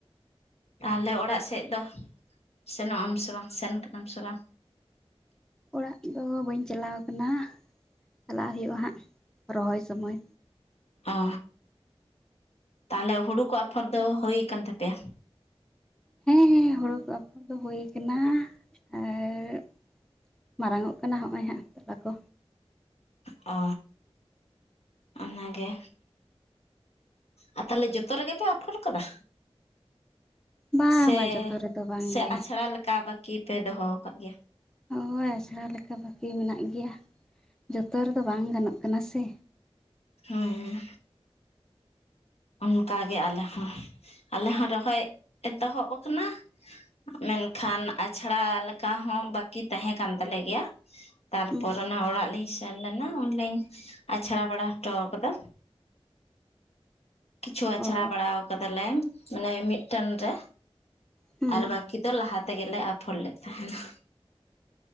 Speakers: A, on the left (about 80°); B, in the centre.
A: ᱛᱟᱦᱞᱮ ᱚᱲᱟᱜ ᱥᱮᱫ ᱫᱚ ᱥᱮᱱᱚᱜ ᱟᱢ ᱥᱮ ᱵᱟᱝ ᱥᱮᱱ ᱠᱟᱱᱟᱢ ᱥᱮ ᱵᱟᱝ᱾
B: ᱚᱲᱟᱜ ᱫᱚ ᱵᱟᱹᱧ ᱪᱟᱞᱟᱣ ᱠᱟᱱᱟ ᱪᱟᱞᱟᱜ ᱦᱳᱭᱳᱜᱼᱟ ᱦᱟᱸᱜ ᱨᱚᱦᱚᱭ ᱥᱚᱢᱚᱭ᱾
A: ᱚ ᱛᱟᱦᱞᱮ ᱦᱩᱲᱩ ᱠᱚ ᱟᱯᱷᱚᱨ ᱫᱚ ᱦᱩᱭ ᱟᱠᱟᱱ ᱛᱟᱯᱮᱭᱟ᱾
B: ᱦᱮᱸ ᱦᱮᱸ ᱦᱳᱲᱳ ᱠᱚ ᱟᱯᱷᱚᱨ ᱫᱚ ᱦᱳᱭ ᱠᱟᱱᱟ ᱟᱨ ᱢᱟᱨᱟᱝ-ᱚᱜ ᱠᱟᱱᱟ ᱦᱚᱜ-ᱚᱭ ᱦᱟᱸᱜ ᱛᱚᱞᱟ ᱠᱚ᱾
A: ᱚ᱾ ᱚᱱᱟᱜᱮ ᱟᱨ ᱛᱟᱦᱞᱮ ᱡᱚᱛᱚ ᱨᱮᱜᱮ ᱯᱮ ᱟᱯᱷᱚᱨ ᱠᱟᱫᱟ᱾
B: ᱵᱟᱝ
A: ᱥᱮ
B: ᱵᱟᱝ ᱡᱚᱛᱚ ᱨᱮᱫᱚ ᱵᱟᱝᱜᱮ
A: ᱥᱮ ᱟᱪᱷᱲᱟ ᱞᱮᱠᱟ ᱵᱟᱠᱤ ᱯᱮ ᱫᱚᱦᱚᱣ ᱠᱟᱜ ᱜᱮᱭᱟ᱾
B: ᱦᱳᱭ ᱟᱥᱲᱟ ᱞᱮᱠᱟ ᱵᱟᱠᱤ ᱢᱮᱱᱟᱜ ᱜᱮᱭᱟ ᱡᱚᱛᱚ ᱨᱮᱫᱚ ᱵᱟᱝ ᱜᱟᱱᱚᱜ ᱠᱟᱱᱟ ᱥᱮ᱾
A: ᱦᱮᱸ᱾ ᱚᱱᱠᱟ ᱜᱮ ᱟᱞᱮ ᱦᱚᱸ ᱟᱞᱮ ᱦᱚᱸ ᱨᱚᱦᱚᱭ ᱮᱛᱚᱦᱚᱵ ᱠᱟᱱᱟ᱾ ᱢᱮᱱᱠᱷᱟᱱ ᱟᱪᱷᱲᱟ ᱞᱮᱠᱟ ᱦᱚᱸ ᱵᱟᱠᱤ ᱛᱟᱸᱦᱮ ᱠᱟᱱ ᱛᱟᱞᱮ ᱜᱮᱭᱟ᱾ ᱛᱟᱨᱯᱚᱨ
B: ᱦᱩᱸ
A: ᱚᱱᱟ ᱚᱲᱟᱜ ᱞᱤᱧ ᱥᱮᱱ ᱞᱮᱱᱟ ᱩᱱᱞᱤᱧ ᱟᱪᱷᱲᱟ ᱵᱟᱲᱟ ᱦᱚᱴᱚᱣ ᱠᱟᱫᱟ᱾ ᱠᱤᱪᱷᱩ ᱟᱪᱷᱲᱟ
B: ᱚ
A: ᱵᱟᱲᱟᱣ ᱠᱟᱫᱟᱞᱮ ᱢᱟᱱᱮ ᱢᱤᱜᱴᱮᱱ ᱨᱮ᱾
B: ᱦᱩᱸ
A: ᱟᱨ ᱵᱟᱹᱠᱤ ᱫᱚ ᱞᱟᱦᱟ ᱛᱮᱜᱮ ᱞᱮ ᱟᱯᱷᱚᱨ ᱞᱮᱫ ᱛᱟᱦᱮᱱᱟ᱾